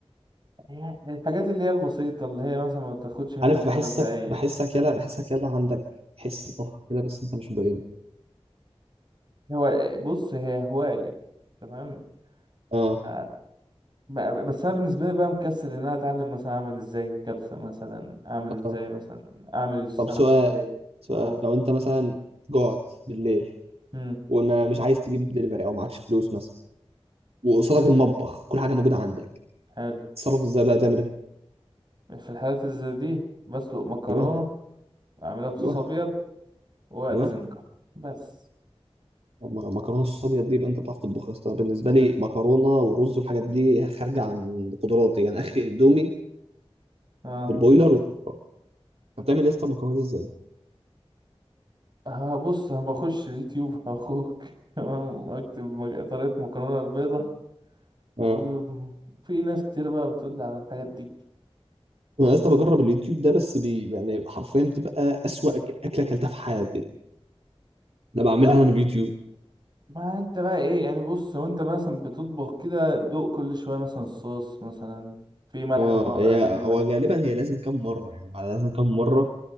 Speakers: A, on the right; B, on the right.
A: هي الحاجات اللي هي البسيطة اللي هي مثلا ما بتاخدش منك
B: عارف
A: خمس
B: بحسك
A: دقايق
B: بحسك يلا بحسك يلا عندك حس طبخ كده بس انت مش مبين
A: هو بص هي هواية تمام
B: اه
A: آه، ب- ب- بس انا بالنسبة لي بقى مكسل ان انا اتعلم مثلا اعمل ازاي الكبسة مثلا اعمل ازاي
B: اه
A: مثلا اعمل السمك
B: طب سؤال
A: في البيت
B: سؤال
A: و...
B: لو انت مثلا جوعت بالليل
A: مم.
B: وما مش عايز تجيب دليفري او معكش فلوس مثلا وقصادك المطبخ كل حاجه موجوده عندك
A: حلو
B: تصرف ازاي بقى تعمل ايه
A: في الحالات اللي زي دي بسلق مكرونة
B: ايوه
A: وأعملها بصوص
B: ايوه
A: أبيض وأقلي
B: ايوه
A: زنجر بس
B: طب ما مكرونه الصوص ابيض دي يبقى انت بتعرف تطبخها يا اسطى بالنسبه لي مكرونه ورز والحاجات دي خارجه عن قدراتي يعني اخري اندومي
A: اه
B: في البويلر وشكرا انت بتعمل يا اسطى المكرونه دي ازاي
A: هبص أنا بخش اليوتيوب <laughs> هخوك تمام أكتب مج- طريقة مكرونة البيضة
B: اه
A: وفي ناس كتير بقى بتقول لي على الحاجات دي
B: انا يا اسطى بجرب اليوتيوب ده بس بي يعني حرفيا بتبقى اسوأ أك- اكله اكلتها في حياتي ده بعملها
A: لا
B: انا من اليوتيوب
A: ما انت بقى ايه يعني بص وانت مثلا بتطبخ كده دوق كل شوية مثلا الصوص مثلا في ملح
B: اه
A: ناقص
B: هي
A: في ملح
B: هو غالبا
A: زيادة
B: هي لازم كم مره يعني بعد لازم كم مره